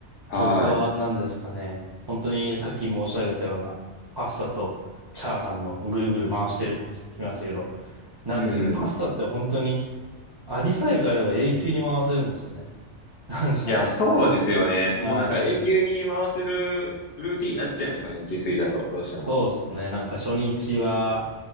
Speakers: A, on the left; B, on the right.
A: は
B: 僕は何ですかね。本当にさっき申し上げたようなパスタとチャーハンのぐるぐる回してるって言ってましたけど、何ですか。
A: い。うん。
B: パスタって本当に味さえ変えれば永久に回せるんですよね。なんか、
A: いや、そうですよね。もうなんか永久に回せるルーティンになっちゃいますよね、
B: はい。
A: 自炊だと、どうしても。
B: そうですね。なんか初日は